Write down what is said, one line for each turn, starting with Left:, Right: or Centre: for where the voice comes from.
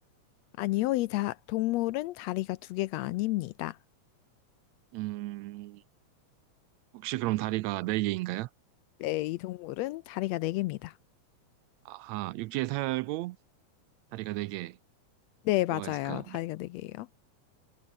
Left: 아니요, 이 자, 동물은 다리가 두 개가 아닙니다.
Right: 음, 혹시 그럼 다리가 네개인가요
Left: 네, 이 동물은 다리가 네 개입니다.
Right: 아하, 육지에 살고 다리가 네개
Left: 네,
Right: 뭐가
Left: 맞아요.
Right: 있을까요?
Left: 다리가 네 개예요.